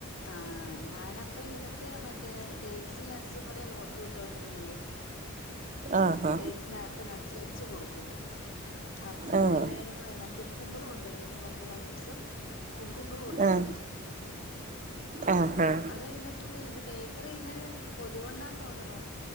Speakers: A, on the left; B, on the right.
A: ആഹ് ഞാനപ്പൊ ഇവനക്ക് മ മറ്റേ ഡേറ്റ്സും നട്ട്സും കൂടെക്കെ കൊടുത്തു വിട്ടുകൊണ്ടിരുന്നത്
B: ആഹ്
A: ഡേറ്റ്സന്കത്ത് നട്ട്സ് വെച് കൊടുക്കും അപ്പം
B: ആഹ്
A: എല്ലാരും എന്നെ കുക്കുംമ്പരും ഉണ്ടന്ന് പറഞ്ഞു കഴിഞ്ഞ ദിവസം കുക്കുമ്പറു കൊടുത്ത്
B: ആഹ്
A: വിട്ടു
B: ആഹ് ആഹ്
A: അത് കഴിഞ്ഞപ്പ ഇത് ബേക്കറി പിന്നേ കൊതി കൊണ്ടാന്ന് തോന്നണ്